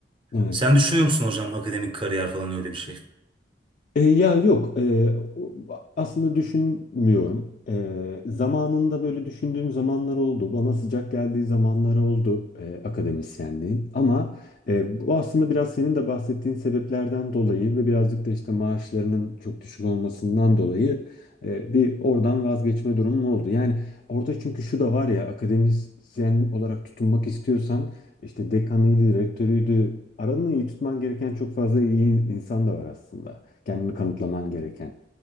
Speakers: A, on the left (about 50°); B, on the right (about 30°).
A: Evet.
B: Sen düşünüyor musun hocam akademik kariyer falan öyle bir şey?
A: E, ya yok e, o- aslında düşünmüyorum. E, zamanında böyle düşündüğüm zamanlar oldu. Bana sıcak geldiği zamanlar oldu e, akademisyenliğin. Ama e, bu aslında biraz senin de bahsettiğin sebeplerden dolayı ve birazcık da işte maaşlarının çok düşük olmasından dolayı e, bir oradan vazgeçme durumum oldu. Yani orada çünkü şu da var ya akademisyen olarak tutunmak istiyorsan işte dekanıydı, rektörüydü. Aranı iyi tutman gereken çok fazla iyi insan da var aslında kendini kanıtlaman gereken.